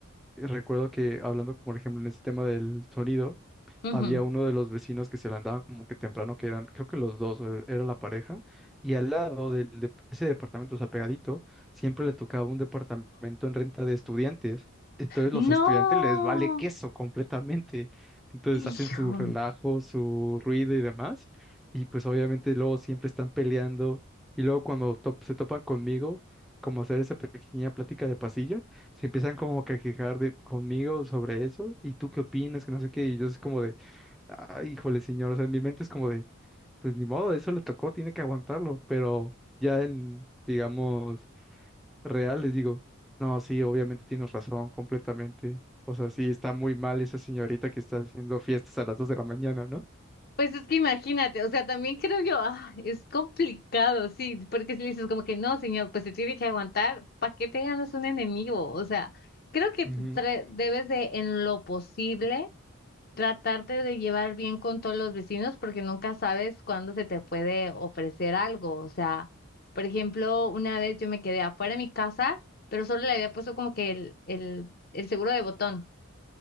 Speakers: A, in the centre; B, on the left.
A: Recuerdo que hablando, por ejemplo, en este tema del sonido,
B: Ujú.
A: había uno de los vecinos que se la andaban como que temprano, que eran, creo que los dos, er- era la pareja, y al lado del de ese departamento, o sea, pegadito, siempre le tocaba un departamento en renta de estudiantes. Entonces
B: No,
A: los estudiantes les vale queso completamente. Entonces
B: hijo.
A: hacen su relajo, su ruido y demás. Y pues obviamente luego siempre están peleando. Y luego cuando top- se topan conmigo, como hacer esa pequeña plática de pasillo, se empiezan como que a quejar de, conmigo sobre eso, y tú qué opinas, que no sé qué, y yo es como de, Ay, híjole, señor, o sea, en mi mente es como de, pues ni modo, eso le tocó, tiene que aguantarlo, pero ya en, digamos, real les digo, no, sí, obviamente tienes razón, completamente. O sea, sí, está muy mal esa señorita que está haciendo fiestas a las dos de la mañana, ¿no?
B: Pues es que imagínate, o sea, también creo yo, ah, es complicado, sí, porque si le dices como que no, señor, pues se tiene que aguantar, ¿para qué te ganas un enemigo? O sea, creo que
A: Ujú,
B: tra- debes de, en lo posible, tratarte de llevar bien con todos los vecinos porque nunca sabes cuándo se te puede ofrecer algo. O sea, por ejemplo, una vez yo me quedé afuera de mi casa, pero solo le había puesto como que el, el, el seguro de botón.